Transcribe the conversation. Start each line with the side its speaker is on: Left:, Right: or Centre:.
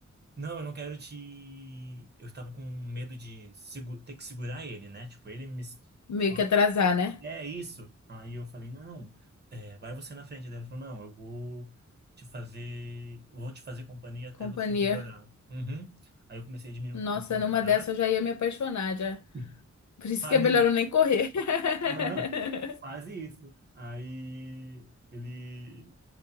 Right: não, eu não quero te. Eu estava com medo de segu- ter que segurar ele, né? Tipo, ele me. só-
Left: <laughs> Meio que atrasar, né?
Right: É isso. Aí eu falei, não, é, vai você na frente. Daí ele falou, não, eu vou te fazer. eu Vou te fazer companhia até
Left: Companhia.
Right: você melhorar. Uhum. Aí eu comecei a diminuir
Left: Nossa,
Right: um pouco a velocidade.
Left: numa dessa eu já ia me apaixonar já.
Right: <laughs>
Left: Por isso
Right: Quase
Left: que é melhor
Right: isso.
Left: eu nem correr. <laughs>
Right: Aham. Quase isso. Aí ele,